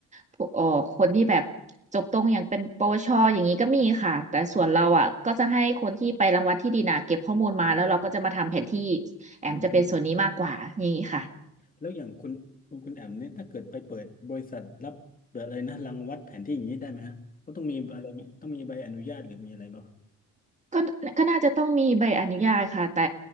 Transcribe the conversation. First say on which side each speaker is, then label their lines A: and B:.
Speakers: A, on the right; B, on the left.
A: ผู้เอ่อคนที่แบบจบตรงอย่างเป็นปวชอย่างนี้ก็มีค่ะแต่ส่วนเราอ่ะก็จะให้คนที่ไปรังวัดที่ดินอ่ะเก็บข้อมูลมาแล้วเราก็จะมาทำแผนที่
B: อืม
A: แอมจะเป็นส่วนนี้มากกว่าอย่างนี้ค่ะ
B: อืมแล้วอย่างคุณคุณคุณแอมเนี่ยถ้าเกิดไปเปิดบริษัทรับเปิดอะไรนะรังวัดแผนที่อย่างนี้ได้ไหมฮะเขาต้องมีอะไรไหมต้องมีใบอนุญาตหรือมีอะไรบ้าง
A: ก็ก็น่าจะต้องมีใบอนุญาตค่ะแต่